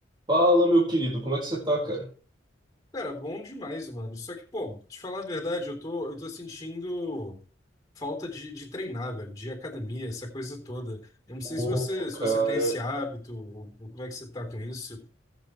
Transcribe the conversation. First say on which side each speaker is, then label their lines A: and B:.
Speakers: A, on the right; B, on the left.
A: Fala, meu querido, como é que você tá, cara?
B: Cara, bom demais, mano. Só que, pô, te falar a verdade, eu tô, eu tô sentindo falta de, de treinar, velho, de academia, essa coisa toda. Eu não sei
A: Ô,
B: se você,
A: cara.
B: se você tem esse hábito, ou, ou como é que você tá com isso.